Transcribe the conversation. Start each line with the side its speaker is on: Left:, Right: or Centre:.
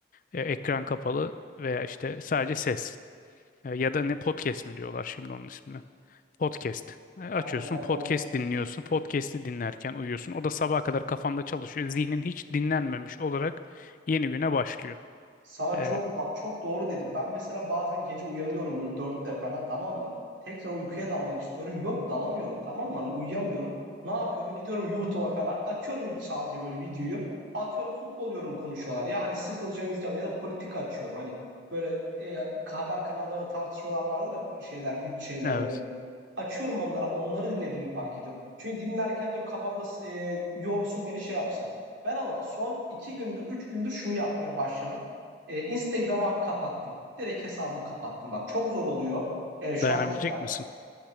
Left: Ee, ekran kapalı veya işte sadece ses. Ee, ya da ne podcast mi diyorlar şimdi onun ismini. Podcast. Ee, açıyorsun
Right: Aynen aynen,
Left: podcast
Right: podcast.
Left: dinliyorsun. Podcast'i dinlerken uyuyorsun. O da sabaha kadar kafanda çalışıyor. Zihnin hiç dinlenmemiş olarak yeni güne başlıyor.
Right: Sana
Left: Ee,
Right: çok bak çok doğru dedim. Ben mesela bazen gece uyanıyorum böyle dörtte falan tamam mı? Tekrar uykuya dalmak istiyorum. Yok dalamıyorum tamam mı? Hani uyuyamıyorum. Ne yapıyorum? Gidiyorum YouTube'a falan. Açıyorum sadece böyle videoyu. Atıyorum futbol diyorum konuşuyorlar. Ya hani sıkılacağım izleyeceğim ya da politika açıyorum. Hani böyle e, haber kanallarında tartışmalar vardır da şeyler, video şeyler
Left: evet.
Right: böyle Açıyorum onlara, onları dinlediğimi fark ediyorum. Çünkü dinlerken diyorum kafamda e, yorsun beni şey yapsın. Ben ama son iki gündür, üç gündür şunu yapmaya başladım. E, Instagram'ı abi kapattım. Direkt hesabımı kapattım. Bak çok zor oluyor. E, şu
Left: Dayanabilecek
Right: anda cidden
Left: misin?